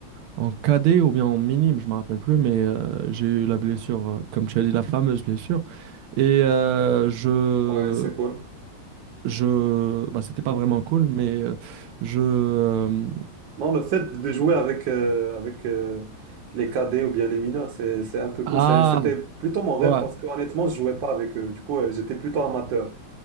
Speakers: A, on the right; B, on the right.
A: en cadet ou bien en minime, je me rappelle plus. Mais euh, j'ai eu la blessure, euh, comme tu as dit, la fameuse blessure. Et euh, je...
B: Ouais, c'est cool.
A: je... Bah, c'était pas
B: Mhm.
A: vraiment cool, mais euh, je... euh,
B: Non, le fait de jouer avec, euh, avec euh, les cadets ou bien les mineurs, c'est, c'est un peu
A: Ah,
B: cool. C'est- C'était plutôt mon rêve
A: ouais.
B: parce que honnêtement, je jouais pas avec eux. Du coup, euh, j'étais plutôt amateur.